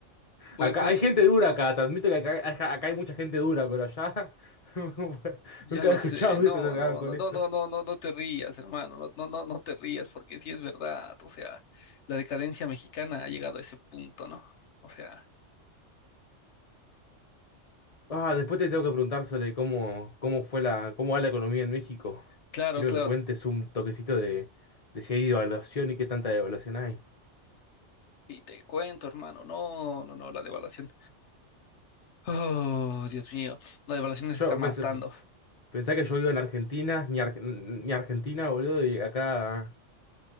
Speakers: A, on the left; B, on the left.
A: Pues,
B: Acá
A: pues.
B: hay gente dura acá, te admito que acá, acá- acá hay mucha gente dura, pero allá <laughs>
A: Ya
B: nunca
A: lo
B: he escuchado
A: sé, no,
B: que se drogaban
A: no,
B: con
A: no,
B: eso.
A: no, no, no, no, no te rías, hermano, no, no, no, no te rías, porque sí es verdad, o sea, la decadencia mexicana ha llegado a ese punto, ¿no? O sea,
B: Ah, después te tengo que preguntar sobre cómo, cómo fue la, cómo va la economía en México.
A: claro,
B: Quiero
A: claro,
B: que me cuentes un toquecito de, de si hay devaluación y qué tanta devaluación hay.
A: y te cuento, hermano, no, no, no, la devaluación, oh, Dios mío, la devaluación nos está
B: Yo
A: matando.
B: pensé, pensá que yo vivo en Argentina, ni, Ar- ni Argentina, boludo, y acá,